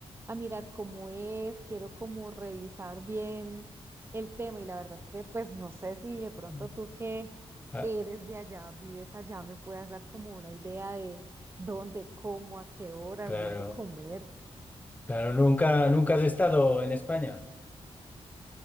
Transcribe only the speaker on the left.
Mm.
Ah,
claro,
claro, nunca, nunca has estado en España.